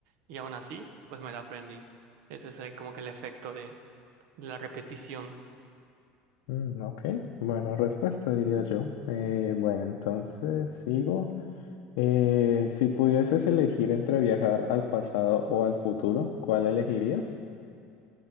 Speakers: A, on the right (about 55°); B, on the left (about 70°).
A: Y aún así, pues me la aprendí. Ese es eh, como que el efecto de de la repetición.
B: Mm, ok, bueno, respuesta diría yo. Eh, bueno, entonces sigo. Eh, si pudieses elegir entre viajar al pasado o al futuro, ¿cuál elegirías?